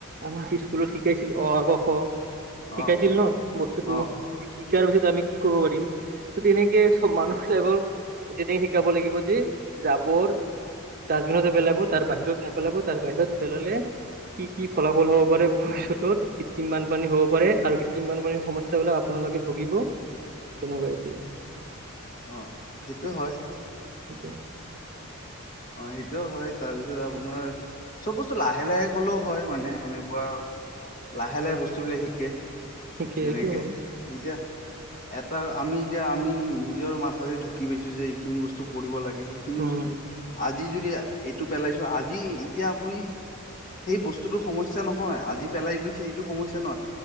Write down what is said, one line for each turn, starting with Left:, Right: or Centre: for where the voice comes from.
Right: আমাক স্কুলত শিকাইছিল অ আ ক খ শিকাইছিল
Left: অ
Right: ন বস্তুটো
Left: অ
Right: যে শিকাৰ পিছত আমি কি কৰিব পাৰিম ত তেনেকে চব মানুহ বোৰ এতিয়া দি শিকাব লাগিব যে জাবৰ দাজবিনতে পেলাব তাৰ বাহিৰত নেপেলাব তাৰ বাহিৰত পেলালে কি কি ফলাফল হ'ব পাৰে ভৱিষ্যত কৃত্ৰিম বানপানী হ'ব পাৰে আৰু কৃত্ৰিম বানপানীৰ সমস্যা বিলাক আপোনালোকে ভুগিব তেনেকুৱা এইটো
Left: অ সেইটো হয়
Right: উ <unintelligible>
Left: অ', সেইটোও হয়। তাৰপিছত আপোনাৰ চব বস্তু লাহে লাহে কলেও হয় মানে এনেকুৱা। লাহে লাহে বস্তুবিলাক শিকে
Right: ঠিকে
Left: যেনেকে,
Right: এইটো হয়
Left: এতিয়া এটা আমি এতিয়া আমি নিজৰ মাথাৰে ঢুকি পাইছো, যে এইখিনি বস্তু কৰিব লাগে সে খিনি
Right: উম
Left: বস্তু আজি যদি এইটো পেলাইছো, আজি এতিয়া আপুনি সেই বস্তুতো সমস্যা নহয়, আজি পেলাই গৈছে সেইটো সমস্যা নহয়।